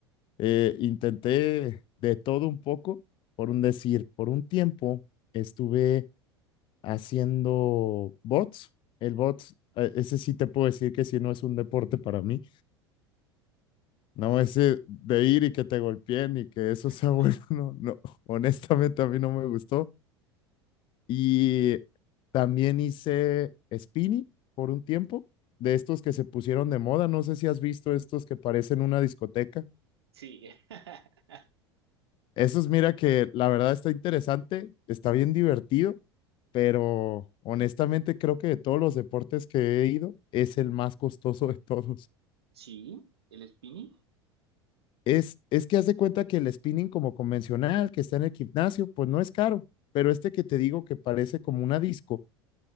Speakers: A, on the left; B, on the right.
A: eh, intenté de todo un poco, por un decir, por un tiempo estuve haciendo bots, el bots. eh, Ese sí te puedo decir que sí no es un deporte para mí, No es de ir y que te golpeen y que eso
B: <laughs>
A: sea bueno, <laughs> no, no, honestamente a mí no me gustó. Y también hice spinning por un tiempo, de estos que se pusieron de moda, no sé si has visto estos que parecen una discoteca.
B: Sí, <laughs>
A: Esos, mira que la verdad está interesante, está bien divertido, pero honestamente creo que de todos los deportes que he ido, es el más costoso de todos.
B: sí, el spinning.
A: Es, es que haz de cuenta que el spinning como convencional que está en el gimnasio, pues no es caro, pero este que te digo que parece como una disco,